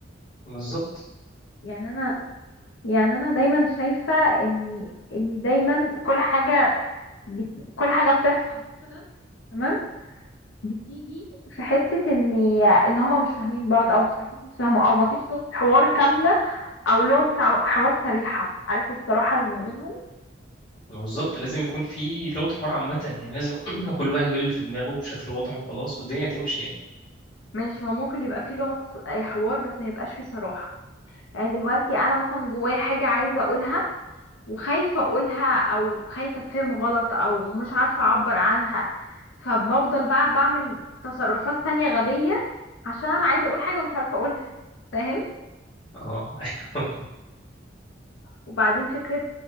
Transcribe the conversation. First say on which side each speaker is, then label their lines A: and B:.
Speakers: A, on the left (about 25°); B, on the left (about 80°).
A: بالظبط
B: يعني انا يعني انا دايما شايفة ان ان دايما كل حاجة ب... كل حاجة بتحصل مثلا تمام بتيجي في حتة ان ان هما مش فاهمين بعض او مش عارفين يتفاهموا او مفيش لغة حوار كاملة او لغة تع- حوار صريحة عارف الصراحة اللي ما بينهم
A: ما بالظبط لازم يكون في لغة حوار عامة يعني لازم <clears throat> كل واحد يقول اللي في دماغه بشكل واضح وخلاص والدنيا هتمشي يعني
B: ماشي هو ممكن يبقى في لغة ص- اي حوار بس ما يبقاش في صراحة يعني دلوقتي انا مثلا جوايا حاجة عايزة اقولها وخايفة اقولها او خايفة اتفهم غلط او مش عارفة اعبر عنها فبفضل بقى بعمل تصرفات تانية غبية عشان انا عايزة اقول حاجة مش عارفة اقولها فاهم
A: اه ايوه
B: وبعدين فكرة